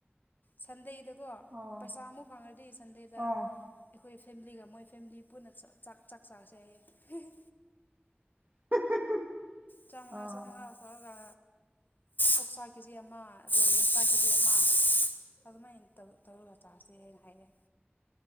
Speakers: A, on the left; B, on the right.
A: ꯁꯟꯗꯦꯗꯀꯣ
B: ꯑꯣ
A: ꯄꯩꯁꯥ ꯑꯃꯨꯛ ꯐꯪꯉꯗꯤ ꯁꯟꯗꯦꯗ
B: ꯑꯣ
A: ꯑꯩꯈꯣꯏ ꯐꯦꯝꯂꯤꯒ ꯃꯣꯏ ꯐꯦꯝꯂꯤ ꯄꯨꯟꯅ ꯆꯛ ꯆꯥꯛ ꯆꯥꯛ ꯆꯥꯁꯦ ꯍꯥꯏꯌꯦ ꯍꯦ ꯍꯦ꯫
B: <unintelligible>
A: ꯆꯥꯝꯃꯉꯥ
B: ꯑꯣ
A: ꯆꯥꯝꯃꯉꯥꯗ ꯊꯣꯛꯑꯒ ꯑꯣꯛꯁꯥ ꯀꯤꯖꯤ ꯑꯃ ꯑꯗꯨꯒ ꯌꯦꯟꯁꯥ ꯀꯤꯖꯤ ꯑꯃ ꯑꯗꯨꯃꯥꯏꯟ ꯇꯧꯏ꯫ ꯇꯧꯔꯒ ꯆꯥꯁꯦꯅ ꯍꯥꯏꯌꯦ꯫